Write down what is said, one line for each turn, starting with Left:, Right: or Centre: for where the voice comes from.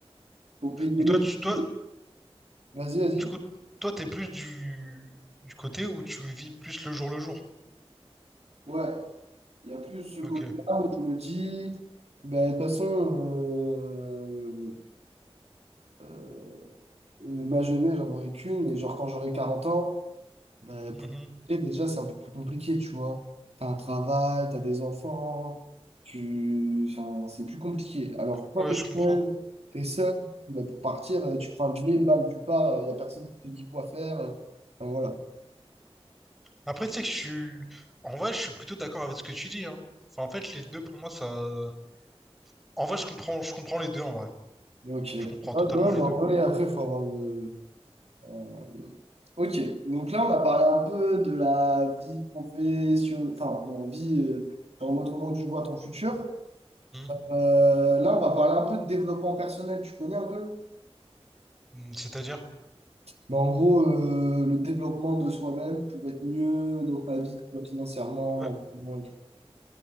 Right: faut payer
Centre: Donc
Right: le
Centre: toi, tu, toi,
Right: billet. vas-y vas-y
Centre: du coup, toi, t'es plus du, du côté où tu vis plus le jour le jour.
Right: ouais Il y a plus ce
Centre: Ok.
Right: côté-là où je me dis, ben, de toute façon, euh, euh, ma jeunesse, j'en aurai qu'une. Et genre, quand j'aurai 40 ans, ben,
Centre: Mhm.
Right: pour et déjà, c'est un peu plus compliqué, tu vois. T'as un travail, t'as des enfants, tu... enfin, c'est plus compliqué. Alors que quand
Centre: Ouais,
Right: t'es
Centre: je comprends.
Right: seul, t'es seul, ben, pour partir, euh, tu prends un billet, bam, tu pars, il n'y a personne qui te dit quoi faire. euh, Enfin, voilà.
Centre: Après, tu sais que je suis, en vrai, je suis plutôt d'accord avec ce que tu dis, hein. Enfin, en fait, les deux, pour moi, ça, en vrai, je comprends, je comprends les deux, en vrai.
Right: ok ouais,
Centre: Je comprends totalement
Right: ouais,
Centre: les
Right: mais en
Centre: deux.
Right: vrai, après, faut avoir. euh, Euh, ok, donc là on a parlé un peu de la vie professionnelle, enfin, bon, vie, euh, en mode comment tu vois ton futur.
Centre: Mhm.
Right: Euh, là on va parler un peu de développement personnel, tu connais un peu?
Centre: Mm, C'est-à-dire?
Right: Mais en gros, euh, le développement de soi-même pour être mieux dans ta vie, que ce soit financièrement,
Centre: Ouais.
Right: mentalement et tout.